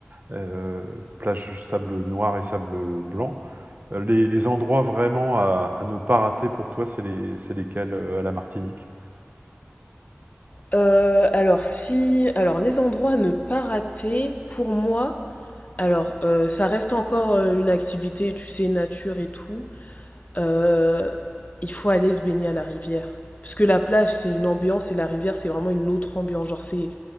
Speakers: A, on the right (about 45°); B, on the left (about 35°).
A: heu, plage sable noir et sable, blanc. Heu, les les endroits vraiment à à ne pas rater pour toi, c'est les c'est lesquels, heu, à la Martinique?
B: Euh, alors, si, alors, les endroits à ne pas rater, pour moi, alors, euh, ça reste encore euh, une activité, tu sais, nature et tout. euh, il faut aller se baigner à la rivière. Parce que la plage, c'est une ambiance et la rivière, c'est vraiment une autre ambiance. Genre, c'est,